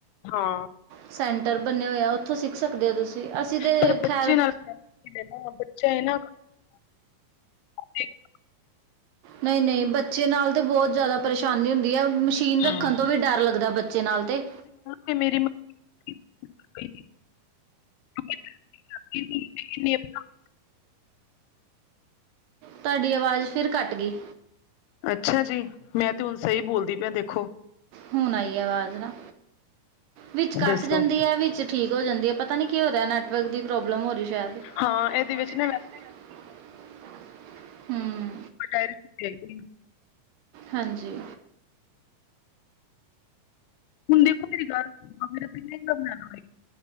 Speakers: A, on the left; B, on the right.
A: ਹਾਂ।
B: ਸੈਂਟਰ ਬਣੇ ਹੋਏ ਆ ਉਥੋਂ ਸਿਖ ਸਕਦੇ ਹੋ ਤੁਸੀਂ ਅਸੀਂ ਤਾਂ
A: ਪਰ ਬੱਚੇ
B: ਖੈਰ
A: ਨਾਲ <unintelligible> ਬੱਚਾ ਇਹ ਨਾ <unintelligible>
B: ਨਈ-ਨਈ ਬੱਚੇ ਨਾਲ ਤੇ ਬਹੁਤ ਜ਼ਿਆਦਾ ਪਰੇਸ਼ਾਨੀ ਹੁੰਦੀ ਹੈ ਮੁਸ਼ ਮਸੀਨ
A: ਹਾਂ।
B: ਰੱਖਣ ਤੋਂ ਵੀ ਡਰ ਲੱਗਦਾ ਬੱਚੇ ਨਾਲ ਤੇ।
A: ਤੇ ਮੇਰੀ ਮ <unintelligible> <inaudible>
B: ਤੁਆਡੀ ਆਵਾਜ਼ ਫਿਰ ਘੱਟ ਗੀ।
A: ਅੱਛਾ ਜੀ, ਮੈਂ ਤੇ ਹੁਣ ਸਹੀ ਬੋਲਦੀ ਪਈਆ ਦੇਖੋ।
B: ਹੁਣ ਆਈ ਆ ਆਵਾਜ਼ ਨਾ, ਵਿੱਚ ਕੱਟ
A: ਦੱਸੋ।
B: ਜਾਂਦੀ ਐ ਵਿੱਚ ਠੀਕ ਹੋ ਜਾਂਦੀ ਐ। ਪਤਾ ਨੀ ਕੀ ਹੋ ਰਿਹਾ ਨੈਟ -ਵੈਟਵਰਕ ਦੀ ਪ੍ਰੋਬਲਮ ਹੋ ਰਹੀ ਸ਼ਾਇਦ <unintelligible>
A: ਹਾਂ, ਇਹਦੇ ਵਿੱਚ ਨਾ ਮੈਂ
B: ਹੂੰ
A: ਓ ਡੈਰੀ ਤੂੰ ਦੇਖ ਲੀ।
B: ਹਾਂਜੀ।
A: ਹੁਣ, ਦੇਖੋ। ਮੇਰੀ ਗੱਲ ਸੁਣੋ ਫਿਰ ਕਿੰਨੇ ਦਾ ਬਣਾ ਵੇ?